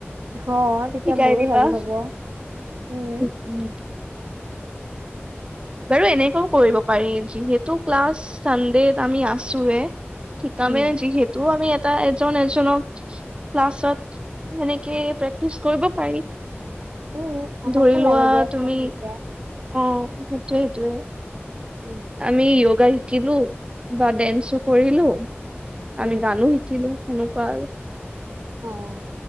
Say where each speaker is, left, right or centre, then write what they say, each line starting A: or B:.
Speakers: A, on the right (about 75°); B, on the right (about 25°).
A: হ' তেতিয়া
B: শিকাই
A: মোৰো
B: দিবা
A: হেল্প হ'ব উম।
B: উম। বাৰু এনেকৈও কৰিব পাৰি যিহেতু ক্লাছ চানডেত আমি আছোৱে। শীকামে
A: উম
B: যিহেতু আমি টা এজন এজনক ক্লাছত এনেকে প্ৰেক্টিচ কৰিব পাৰি।
A: উম আমাকো
B: ধৰি লোৱা
A: লাগে দিয়াচোন
B: তুমি
A: এতিয়া।
B: অ' সেইটোৱে সেইটোৱে।
A: উম।
B: আমি য়োগা শিকিলো, বা ডেন্সো কৰিলো,
A: উম,
B: আমি গানো শিকিলো। সেনেকুৱা আৰু।
A: অ'